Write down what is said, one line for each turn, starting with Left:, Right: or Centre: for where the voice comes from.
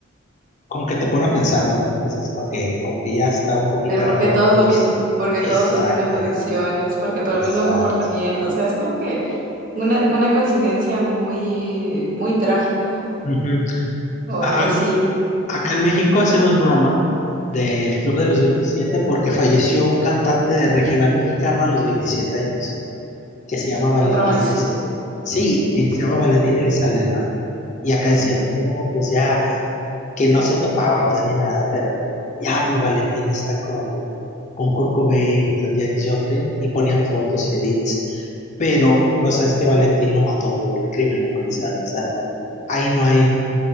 Left: como que te pone a pensar, ¿no? Como que dices, ok, como que ya está un poquito
Right: Pero porque
Left: raro
Right: todos
Left: entonces.
Right: lo mismo, porque
Left: Exacto,
Right: todos las mismas adicciones, porque todo
Left: exacto.
Right: el mismo comportamiento, o sea, es como que una, una coincidencia muy, muy trágica
Left: Ujú.
Right: o
Left: A-
Right: algo así.
Left: acá en México hacemos broma del Club de los veintisiete porque falleció un cantante de regional mexicano a los 27 años. que se llama Valentín
Right: Otra más.
Left: Elizalde. Sí, que se llama Valentín Elizalde, ¿no? Y acá decíamos, no, pues ya, que no se topaban pues ni nada, pero ya mi Valentín está con, con Kurt Cobain y con Janis Joplin y ponían fotos y edits, pero, o sea, este Valentín lo mató el crimen organizado, o sea, no, ahí no hay,